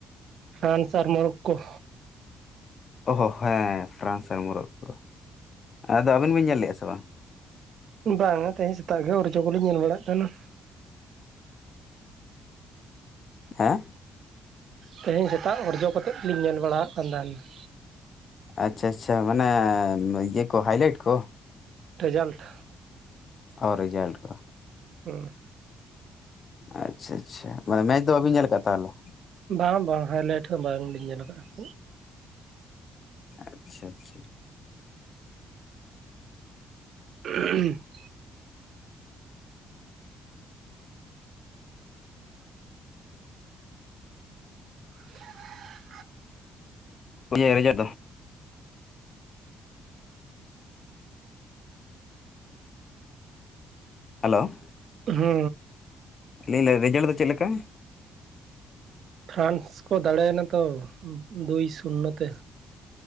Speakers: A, on the right; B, on the left.
A: ᱦᱟᱱ ᱥᱟᱨ ᱢᱚᱨᱠᱚ
B: ᱚᱦ ᱦᱮᱸ ᱯᱷᱨᱟᱱᱥ ᱟᱨ ᱢᱩᱨᱚᱠᱚᱠᱚ ᱟᱫᱚ ᱟᱵᱤᱱ ᱵᱤᱱ ᱧᱮᱞ ᱞᱮᱼᱟ ᱥᱮ ᱵᱟᱝ?
A: ᱵᱟᱝᱼᱟ ᱛᱮᱦᱮᱧ ᱥᱮᱛᱟᱜ ᱜᱮ ᱚᱨᱡᱚ ᱠᱚᱞᱤᱧ ᱧᱮᱞ ᱵᱟᱲᱟᱭᱮᱫ ᱛᱟᱦᱮᱱᱟ᱾
B: ᱦᱮᱸ
A: ᱛᱮᱦᱮᱧ ᱥᱮᱛᱟᱜ ᱚᱨᱡᱚ ᱠᱟᱛᱮᱫᱞᱤᱧ ᱧᱮᱞ ᱵᱟᱲᱟᱣᱮᱫ ᱠᱟᱱ ᱛᱟᱦᱮᱱᱟ ᱾
B: ᱟᱪᱪᱷᱟ ᱟᱪᱪᱷᱟ ᱢᱟᱱᱮ ᱤᱭᱟᱹ ᱠᱚ ᱦᱟᱭᱞᱟᱭᱤᱴ ᱠᱚ ᱾
A: ᱨᱮᱡᱟᱞᱴ ᱾
B: ᱚ ᱨᱤᱡᱟᱞᱴ ᱠᱚ
A: ᱦᱩᱸ
B: ᱟᱪᱪᱷᱟ ᱟᱪᱪᱷᱟ ᱢᱟᱱᱮ ᱢᱮᱪ ᱫᱚ ᱵᱟᱵᱤᱱ ᱧᱮᱞ ᱟᱠᱟᱫ ᱛᱟᱦᱞᱮ ᱾
A: ᱵᱟᱝ ᱵᱟᱝ ᱦᱟᱭᱞᱟᱭᱤᱴ ᱦᱚᱸ ᱵᱟᱝᱞᱤᱧ ᱧᱮᱞ ᱟᱠᱟᱫᱼᱟ ᱾
B: ᱟᱪᱪᱷᱟ ᱟᱪᱪᱷᱟ
A: <unintelligible> <unintelligible>
B: <unintelligible> ᱫᱚ ᱦᱮᱞᱳ
A: ᱦᱩ
B: ᱞᱟᱹᱭ ᱟᱞᱤᱧ ᱨᱮᱡᱟᱞᱴ ᱫᱚ ᱪᱮᱫ ᱞᱮᱠᱟ?
A: ᱯᱷᱨᱟᱱᱥ ᱠᱚ ᱫᱟᱲᱮᱭᱱᱟ ᱛᱚ ᱫᱩᱭ ᱥᱩᱭᱱᱚ ᱛᱮ